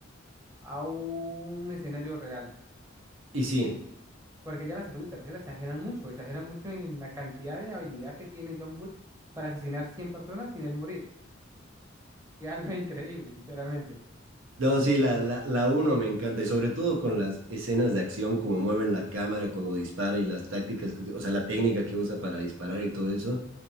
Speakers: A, on the right (about 15°); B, on the right (about 85°).
A: a un escenario real,
B: Y sí,
A: ¿sí? Porque ya la segunda y tercera exageran mucho, exageran mucho en la cantidad de habilidad que tiene John Wick para asesinar 100 personas sin él morir. Que es algo <laughs> increíble, sinceramente.
B: no, sí, la, la, la uno me encanta, y sobre todo con las escenas de acción, como mueven la cámara cuando dispara y las tácticas, que uti- o sea, la técnica que usa para disparar y todo eso.